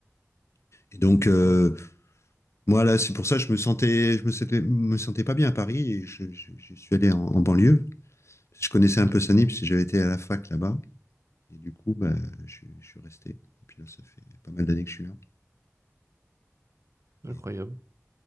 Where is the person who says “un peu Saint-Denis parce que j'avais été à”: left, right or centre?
Left